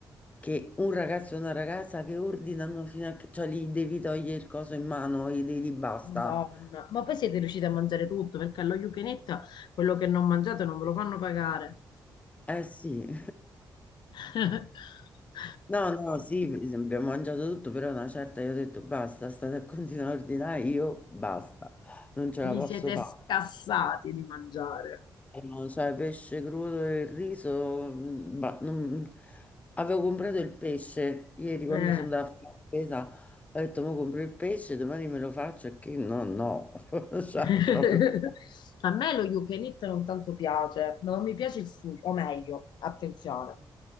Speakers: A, on the left (about 20°); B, on the left (about 80°).
A: che un ragazzo e una ragazza che ordinano fino a che, cioè gli devi togliere il coso in mano, gli devi dire basta.
B: Madonna. Ma poi siete riusciti a mangiare tutto, perché allo you can eat quello che non mangiate non ve lo fanno pagare.
A: Eh sì. <laughs>
B: <laughs>
A: No, no, sì, sì, abbiamo mangiato tutto, però una certa io ho detto basta, state a continuare a ordinare, io basta, non ce
B: Vi
A: la posso
B: siete
A: fare.
B: scassati di mangiare.
A: No, sai, pesce crudo e il riso, mm, bah, non- avevo comprato il pesce ieri quando
B: Eh.
A: sono andata a fare la spesa, ho detto, mo compro il pesce, domani me lo faccio, e che no, no, <laughs> cioè,
B: <laughs>
A: proprio,
B: A me lo you can eat non tanto piace, ma non mi piace il sushi, o meglio, attenzione,